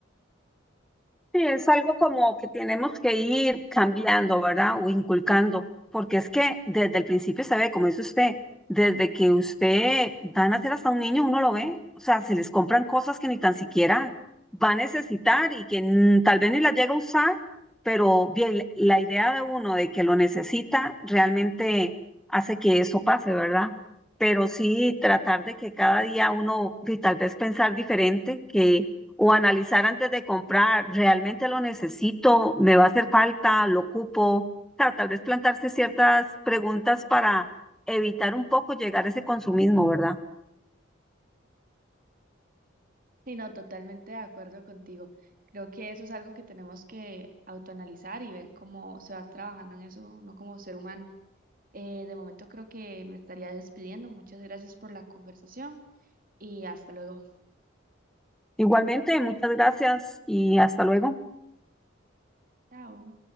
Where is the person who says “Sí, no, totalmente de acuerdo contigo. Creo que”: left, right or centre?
Right